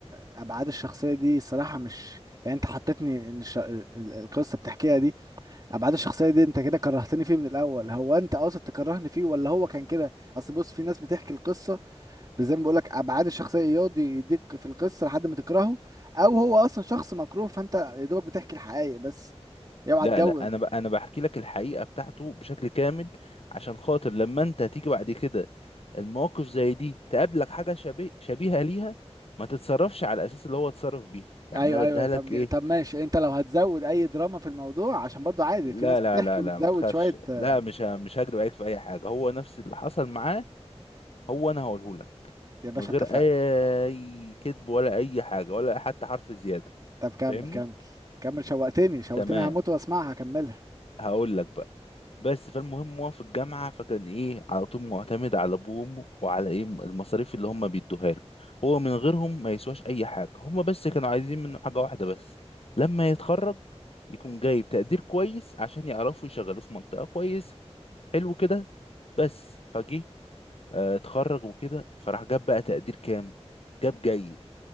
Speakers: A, on the right; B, on the left.
A: ابعاد الشخصيه دي الصراحه مش يعني انت حطيتني ان الش... ال- ال- القصه بتحكيها دي ابعاد الشخصيه دي انت كده كرهتني فيه من الاول هو انت قاصد تكرهني فيه ولا هو كان كده اصل بص في ناس بتحكي القصه زي ما بقول لك ابعاد الشخصيه يقعد يديك في القصه لحد ما تكرهه او هو اصلا شخص مكروه فانت يا دوبك بتحكي الحقائق بس اوعى
B: لا
A: تجود
B: لا انا ب... انا بحكي لك الحقيقه بتاعته بشكل كامل عشان خاطر لما انت تيجي بعد كده المواقف زي دي تقابلك حاجه شبيه شبيهه ليها ما تتصرفش على الاساس اللي هو اتصرف بيها يعني
A: ايوه
B: انا بديها
A: ايوه طب
B: لك
A: ج-
B: ايه
A: طب ماشي انت لو هتزود اي دراما في الموضوع عشان برضو عادي
B: لا
A: في ناس بتحكي
B: لا لا
A: وبتزود
B: لا ما تخافش
A: شويه آه،
B: لا مش ه... مش هكدب عليك في اي حاجه هو نفس اللي حصل معاه هو انا هقوله لك
A: يا باشا
B: من غير
A: اتفقنا
B: اي كذب ولا اي حاجه ولا حتى حرف زياده
A: طب كمل
B: فاهمني
A: كمل كمل شوقتني شوقتني
B: تمام
A: هموت واسمعها كملها
B: هقول لك بقى بس فالمهم هو في الجامعة فكان ايه على طول معتمد على ابوه وامه وعلى ايه المصاريف اللي هم بيدوها له هو من غيرهم ما يسواش اي حاجة هم بس كانوا عايزين منه حاجة واحدة بس لما يتخرج يكون جايب تقدير كويس عشان يعرفوا يشغلوه في منطقة كويسة حلو كده بس فجه آه، اتخرج وكده فراح جاب بقى تقدير كام جاب جيد